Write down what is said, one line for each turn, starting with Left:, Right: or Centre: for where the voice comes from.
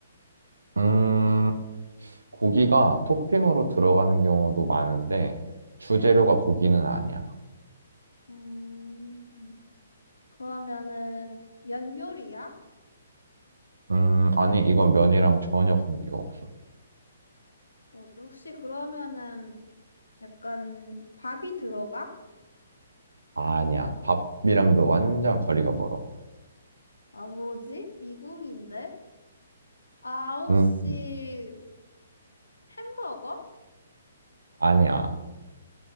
Right: 음, 고기가 토핑으로 들어가는 경우도 많은데, 주재료가
Left: 응.
Right: 고기는 아니야.
Left: 음, 그러면은 면 요리야?
Right: 음, 아니, 이건 면이랑 전혀 관계가 없어.
Left: 뭐지? 혹시 그러면은 약간 밥이 들어가?
Right: 아니야, 밥이랑도 완전 거리가 멀어.
Left: 아, 뭐지? 미궁인데? 아, 혹시
Right: 음,
Left: 햄버거?
Right: 아니야.